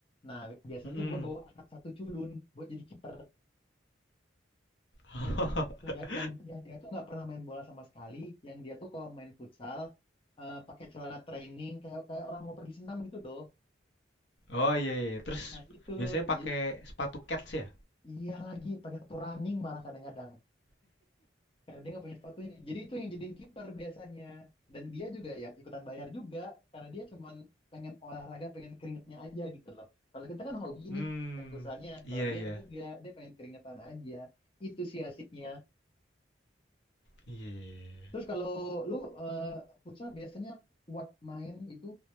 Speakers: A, on the left; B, on the left.
A: Nah biasanya
B: Mm-mm.
A: tuh gue bawa anak satu culun buat jadi kiper.
B: <laughs>
A: Itu ya- yang, yang dia tuh nggak pernah main bola sama sekali. Yang dia tuh kalau main futsal eh, pakai celana training kayak kayak orang mau pergi senam gitu doh.
B: Oh iya iya. Terus
A: Nah itu
B: biasanya pakai
A: i-
B: sepatu cats ya?
A: iya lagi pakai sepatu running malah kadang-kadang. Karena dia nggak punya sepatunya. Jadi itu yang jadiin kiper biasanya. Dan dia juga ya ikutan bayar juga karena dia cuman pengen olahraga, pengen keringetnya aja gitu loh. Kalau kita kan hobi
B: Hmm,
A: nih main futsalnya.
B: iya
A: Kalau dia
B: iya.
A: kan enggak, dia pengen keringetan aja. Itu sih asiknya.
B: Iya. iya, iya.
A: Terus kalau lu eh, futsal biasanya kuat main itu